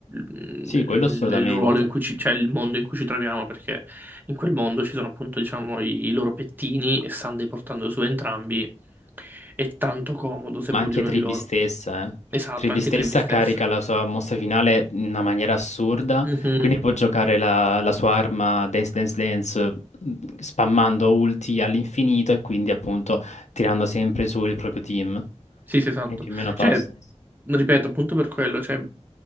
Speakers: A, on the right; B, on the left.
A: il
B: Sì, quello assolutamente,
A: il ruolo in cui ci, cioè il mondo in cui ci troviamo, perché in quel mondo ci sono appunto, diciamo, i, i loro pettini e Sunday portando su entrambi. È tanto comodo se
B: ma
A: pulli
B: anche
A: uno
B: Tribi
A: di loro.
B: stessa, eh.
A: Esatto,
B: Tribi
A: anche
B: stessa
A: Trevi stessa.
B: carica la sua mossa finale in una maniera assurda,
A: Mhm.
B: quindi può giocare la, la sua arma Dance Dance Dance mh, spammando ulti all'infinito e quindi appunto tirando sempre su il proprio team.
A: Sì, sì, esatto.
B: E più o meno fa
A: Cioè,
B: lo stesso.
A: ripeto, appunto per quello, cioè,